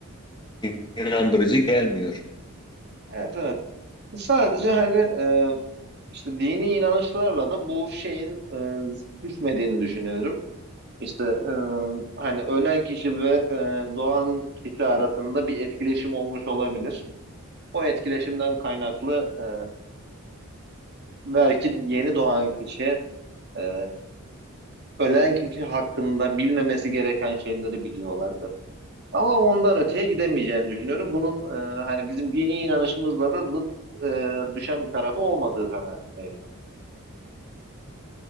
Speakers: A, on the left; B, on the right.
A: e, inandırıcı gelmiyor.
B: Evet, evet. Sadece hani e, işte dini inanışlarla da bu şeyin e, düşmediğini düşünüyorum. İşte e, hani ölen kişi ve e, doğan kişi arasında bir etkileşim olmuş olabilir. O etkileşimden kaynaklı e, belki yeni doğan kişi e, ölen kişi hakkında bilmemesi gereken şeyleri biliyorlardır. Ama ondan öteye gidemeyeceğini düşünüyorum. Bunun e, hani bizim dini inanışımızla da zıt e, düşen bir tarafı olmadığı kanaatindeyim.